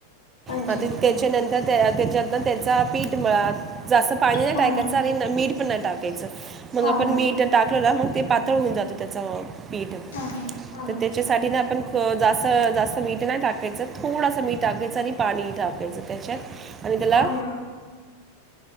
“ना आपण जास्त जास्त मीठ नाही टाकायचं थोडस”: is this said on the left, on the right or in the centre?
Right